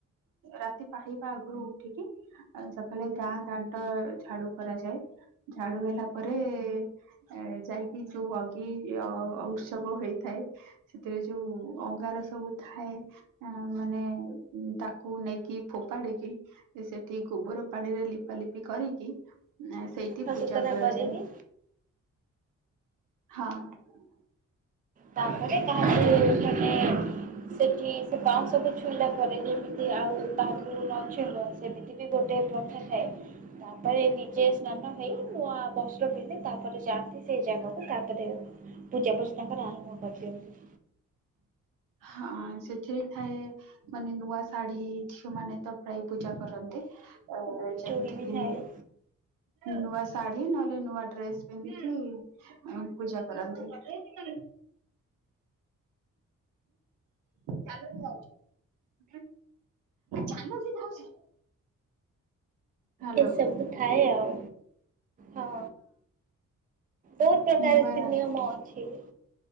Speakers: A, on the right (about 85°); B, on the right (about 25°).
A: ରାତି ପାହିବା ଆଗରୁ ଉଠିକି ସକାଳେ ଗାଁ ଦାଣ୍ଡ ଝାଡୁ କରାଯାଏ, ଝାଡୁ ହେଲା ପରେ ଏ ଯାଇକି ଯୋଉ ଅଗି ଅ ଉତ୍ସବ ହେଇଥାଏ। ସେଥିରେ ଯୋଉ ଅଙ୍ଗାର ସବୁ ଥାଏ। ଆ ମାନେ ତାକୁ ନେଇକି ଫୋପାଡିକି? ସେଠି ଗୋବର ପାଣିରେ ଲିପାଲିିପି କରିକି ସେଇଠି
B: ସଫାସୁତୁରା
A: ପୂଜା କରାଯ
B: କରିକି
A: ଯାଏ। ହଁ।
B: ତାପରେ କାହାଠୁ ମାନେ <inaudible> ସେଠି ସେ ବାଉଁଶକୁ ଛୁଇଁଲା ପରେ ଯେମିତି ଆଉ କାହାକୁ ନ ଛୁଇଁବ ସେମିତି ଗୋଟେ ପ୍ରଥା ଥାଏ। ତାପରେ ନିଜେ ସ୍ନାନ ହେଇ ନୂଆ ବସ୍ତ୍ର ପିନ୍ଧି ତାପରେ ଯାଆନ୍ତି। ସେଇ ଜାଗାକୁ ତାପରେ ପୂଜା ପୂଜୀ ତାଙ୍କର ଆରମ୍ଭ କରିଦିଅନ୍ତି।
A: ହଁ ସେଥିରେ ଥାଏ ମାନେ ନୂଆ ଶାଢୀ ଝିଅ ମାନେ ତ ପ୍ରାୟ ପୂଜା କରନ୍ତି। ଯେମିତି
B: ଚୁଡ଼ି ବି
A: କି
B: ଥାଏ
A: ନୂଆ ଶାଢୀ ନହେଲେ ନୂଆ ଡ୍ରେସ ପିନ୍ଧିକି ଉ ପୂଜା କରନ୍ତି। ଚାଲ ଯାଉଛ ଚାଲୁଛି ଯାଉଛି। ହ୍ୟାଲୋ
B: ଏସବୁ
A: ହଁ
B: ଥାଏ ଆଉ। ହଁ ବହୁତ ପ୍ରକାର
A: ନୂଆ
B: ନିୟମ ଅଛି।